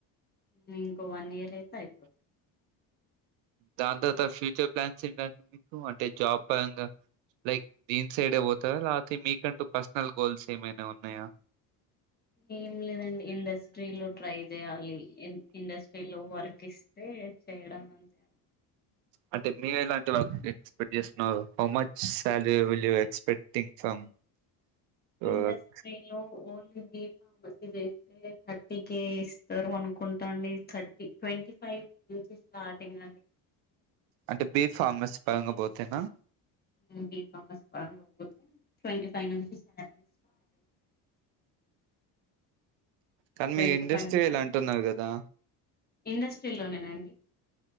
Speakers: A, on the left; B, on the right.
A: ఉ ఇంకో వన్ ఇయర్ అయితే అయిపోతుంది
B: దాని తర్వాత ఫ్యూచర్ ప్లాన్స్ ఏంటంటే మీకు అంటే జాబ్ పరంగా లైక్ దీన్ సైడే పోతారా లేకపోతే మీకంటూ పర్సనల్ గోల్స్ ఏమైనా ఉన్నాయా
A: ఏం లేదండి ఇండస్ట్రీలో ట్రై చేయాలి ఇండస్ట్రీలో వర్క్ ఇస్తే చేయడం అంతే అండి
B: అంటే మీ ఇలాంటి వాళ ఎక్స్పెక్ట్ చేస్తున్నారు how much salary will expecting from your
A: ఇండ్రాస్ట్రీలో
B: work?
A: ఓన్ బి ఫార్మసీ చేస్తే థర్టీ కే ఇస్తారు అనుకుంటా అండి థర్టీ ట్వంటీ ఫైవ్ నుంచి స్టార్టింగ్ అండి
B: అంటే బీ ఫార్మస్ పరంగా పోతేనా
A: బి ఫార్మసీ పరంగా పోతే ట్వంటీ ఫైవ్ నుంచి శాలరీ స్టాట్
B: కానీ
A: ట్వంటీ
B: మీ ఇండస్ట్రీ
A: ఫైవ్ నుంచి
B: ఇలా అంటున్నారు కదా
A: ఇండస్ట్రీలోనే నండి